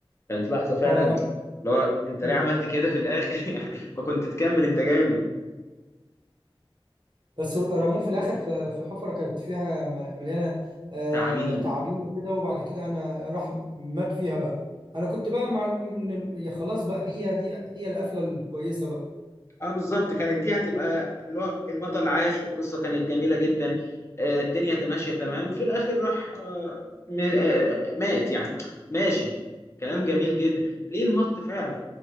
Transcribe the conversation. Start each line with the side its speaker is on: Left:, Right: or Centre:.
Left: كانت لحظة فعلا
Right: اه
Left: اللي
Right: ر...
Left: هو انت
Right: مم.
Left: ليه عملت كده في الاخر <laughs> يعني ما كنت تكمل انت جامد
Right: بس رموه في الاخر في, في حفره كانت فيها م- مليانه آه
Left: تعبين
Right: تعابين وكده وبعد كده انا راح مات فيها بقى انا كنت بقى مع إن- يا خلاص بقى هي دي هي القفله الكويسه بقى
Left: اه بالظبط كانت دي هتبقى اللي هو البطل عاش القصه كانت جميله جدا آه، الدنيا ت- ماشيه تمام في الاخر راح آه، م- آه، مات يعني ماشي كلام جميل جدا ليه المط فعلا